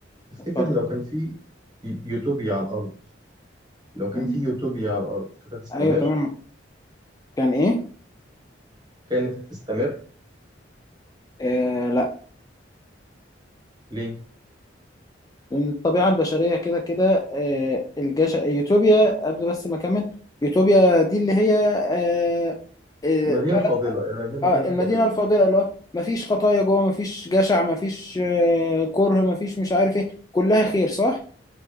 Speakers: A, on the right; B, on the left.
A: تفتكر
B: اتفضل
A: لو كان في يوتوبيا على الأرض لو كان
B: مم.
A: في يوتوبيا على الأرض كانت هتستمر
B: أيوه تمام كان إيه؟
A: كانت هتستمر
B: آه،
A: ليه؟
B: الطبيعة البشرية كده كده آه، الجش يوتوبيا قبل بس ما أكمل يوتوبيا دي اللي هي آه، آه،
A: مدينة
B: بلد
A: فاضلة المدينة
B: آه،
A: دي اللي
B: المدينة
A: فاضلة
B: الفاضلة اللي هو مفيش خطايا جوه مفيش جشع مفيش آه، كره مفيش مش عارف ايه كلها خير صح؟